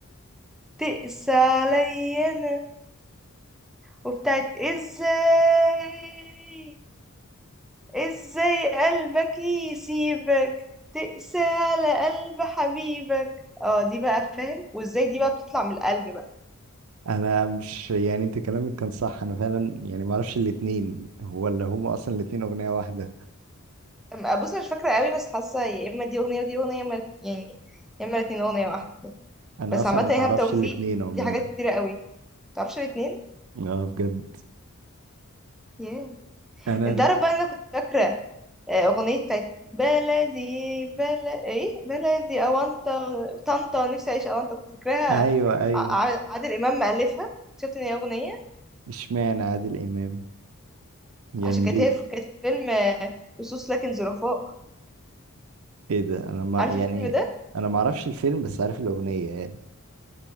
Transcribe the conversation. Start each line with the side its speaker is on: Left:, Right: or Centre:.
Centre: تقسى علينا وبتاعت ازاي ازاي قلبك يسيبك تقسى على قلب حبيبك اه دي بقى فاهم وازاي دي بقى بتطلع من القلب بقى
Right: انا مش يعني انت كلامك كان صح انا فعلا يعني ما اعرفش الاتنين هو اللي هم اصلا الاتنين اغنية واحدة
Centre: أما- بص انا مش فاكره قوي بس حاسه يا اما دي اغنيه ودي اغنيه يا اما يعني يا اما الاثنين اغنيه واحده
Right: انا
Centre: بس
Right: اصلا
Centre: عامه
Right: ما
Centre: ايهاب
Right: اعرفش
Centre: توفيق
Right: الاتنين عموما
Centre: دي حاجات كتيره قوي متعرفش الاثنين
Right: اه بجد
Centre: ياه
Right: انا
Centre: انت عارف بقى إن انا كنت فاكره آه، اغنيه بتاعت بلدي بلد ايه بلدي اوانطه طنطا نفسي اعيش اوانطه كنت فاكراها
Right: ايوه ايوه
Centre: ع- ع- عادل امام مألفها اكتشفت ان هي اغنيه
Right: اشمعنى عادل امام يعني
Centre: عشان كانت
Right: ليه
Centre: هي في- كانت في فيلم آه، لصوص لكن ظرفاء
Right: ايه ده انا ما
Centre: عارف
Right: يعني
Centre: الفيلم ده
Right: انا ما اعرفش الفيلم بس عارف الاغنية يعني